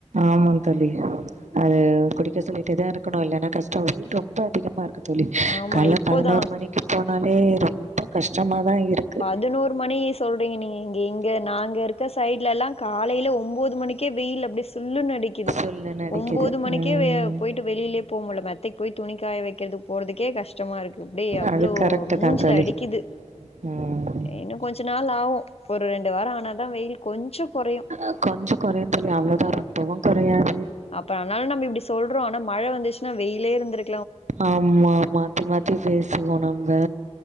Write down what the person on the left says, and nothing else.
ஆமா
இப்போதா
பதினோரு மணி சொல்றீங்க நீங்க இங்க இங்க நாங்க இருக்க சைட்லலா காலைல ஒம்போது மணிக்கே வெயில் அப்டி சு ல்லுனு அடிக்குது
ஒம்போது மணிக்கே
வெ போயிட்டு வெளியிலயே போ முடில மெத்தைக்கு போய் துணிக்காய வைக் க்கிறது போறதுக்கே கஷ்டமா இருக்கு அப்டி அவ்ளோ
மூஞ்சுல
அடிக்குது
இன்னு கொஞ்ச நாள் ஆவு ஒரு ரெண்டு வாரம் ஆனாதா வெயில் கொஞ் சோ கொறையு
அ
அப்றம் ஆனாலு நம்ம இப்டி சொல்றோ ஆனா மழ வந்துச் னா வெயிலே இருந்துரு